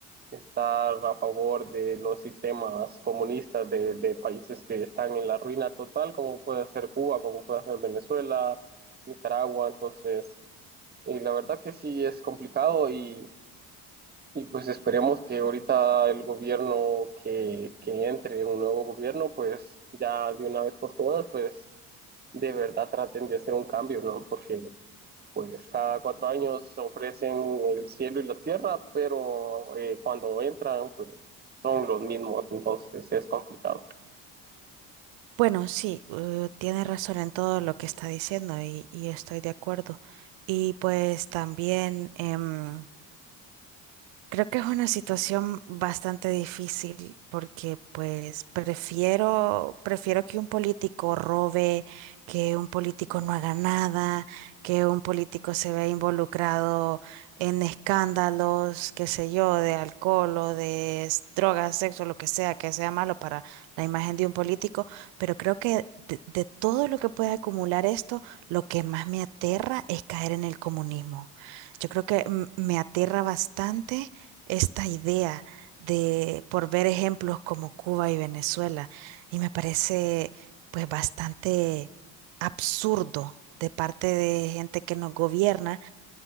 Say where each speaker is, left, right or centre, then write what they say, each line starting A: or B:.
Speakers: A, on the right; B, on the right.
A: estar a favor de los sistemas comunistas de, de países que están en la ruina total, como puede ser Cuba, como puede ser Venezuela, Nicaragua. Entonces, eh, la verdad que sí es complicado y, y pues esperemos que ahorita el gobierno que, que entre, un nuevo gobierno, pues ya de una vez por todas, pues de verdad traten de hacer un cambio, ¿no? Porque pues cada cuatro años ofrecen el cielo y la tierra, pero eh, cuando entran, pues son los mismos, entonces es complicado.
B: Bueno, sí, uh, tiene razón en todo lo que está diciendo y, y estoy de acuerdo. Y pues también em, Creo que es una situación bastante difícil porque pues prefiero, prefiero que un político robe, que un político no haga nada, que un político se vea involucrado en escándalos, qué sé yo, de alcohol o de s- drogas, sexo, lo que sea, que sea malo para la imagen de un político, pero creo que de, de todo lo que puede acumular esto, lo que más me aterra es caer en el comunismo. Yo creo que mm, me aterra bastante esta idea de, por ver ejemplos como Cuba y Venezuela, y me parece pues bastante absurdo de parte de gente que nos gobierna